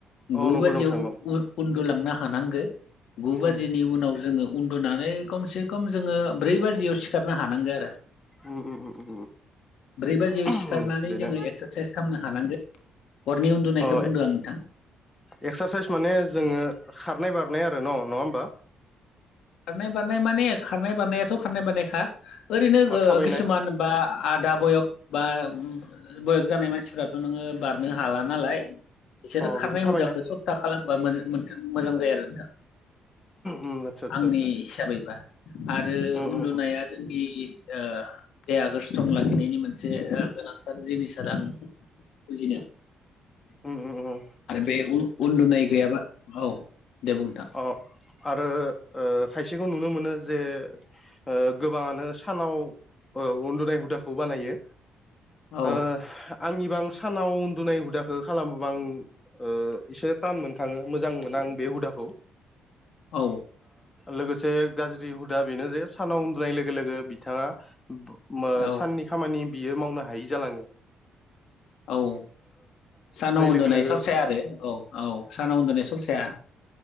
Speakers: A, on the left; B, on the left.
A: औ
B: गु
A: नंगौ
B: बाजियाव
A: नोंथां औ
B: उन्दुलांनो हा नांगो गु बाजिनि
A: उम
B: उनाव जोङो उन्दुनानै खमसे खम जोङो ब्रै बाजियाव सिखारनो हानांगो आरो।
A: उम उम उम
B: ब्रै बाजियाव
A: उम
B: सिखारनानै
A: उम बेनो।
B: जोङो एक्सारसाइस खालामनो हानांगोन हरनि उन्दुनायखौ
A: अ
B: बुंदों आं नोंथां
A: एक्सारसाइस माने जोङो खार नाय बारनाय आरो न' नङा होमबा?
B: खारनाय बारनाय माने खारनाय बारनायाथ' खारनाय बारनायखा ओरैनो
A: अ
B: ओ
A: थाबायनाय
B: किसुमान बा आदा बयग बा बयेक जानाय मानसिफ्राथ' नोङो बारनो हाला नालाय बिसोरो
A: अ
B: खारनाय
A: बिदि थाबायनाय
B: हुदाखौ सेस्ता खालामबा मोजां जायो आरो नोंथां।
A: उम आदसा आदसा
B: आंनि
A: आदसा
B: हिसाबैबा आरो
A: उम
B: उन्दुनाया
A: उम
B: जोंनि ओ देहाखौ स्ट्रं लाखिनायनि मोनसे ओ गोनांथार जिनिस आरो आं बुजियो
A: उम उम उम
B: आरो बे उन्दुनाय गैयाबा औ दे बुं नोंथां।
A: अ आरो ओ खायसेखौ नुनो मोनो जे ओ गोबाङानो सानाव उन्दुनाय हुदाखौ बानायो
B: औ
A: ओ आंनिबा आं सानाव उन्दुनाय हुदाखौ खालामोबा आं ओ एसे थान मोनखाङो मोजां मोना आं बे हुदाखौ।
B: औ
A: लोगोसे गाज्रि हुदा बेनो जे सानाव उन्दुनाय लोगो लोगो बिथांङा
B: औ
A: साननि खामानि बियो मावनो हायि जालांङो
B: औ सानाव उन्दुनाय
A: लोगो लोगो
B: सरसाया आरो औ औ सानाव उन्दुनाय सरसाया